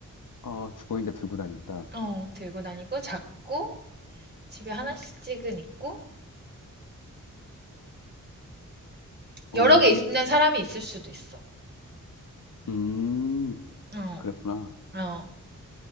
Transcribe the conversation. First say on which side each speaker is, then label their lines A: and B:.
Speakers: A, on the left; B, on the right.
A: 어, 죽어 있는데 들고 다닌다.
B: 어, 들고 다니고, 작고, 집에 하나씩은 있고,
A: 어,
B: 여러 개 있는 사람이 있을 수도 있어.
A: 음,
B: 어,
A: 그랬구나.
B: 어.